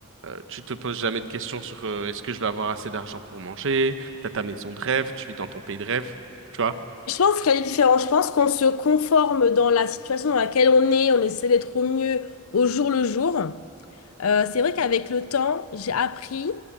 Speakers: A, on the right (about 60°); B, on the left (about 70°).
A: euh, tu te poses jamais de questions sur euh, est-ce que je vais avoir assez d'argent pour manger, t'as ta maison de rêve, tu vis dans ton pays de rêve, tu vois?
B: Je pense qu'il y a des différences. Je pense qu'on se conforme dans la situation dans laquelle on est, on essaie d'être au mieux au jour le jour. Euh, c'est vrai qu'avec le temps, j'ai appris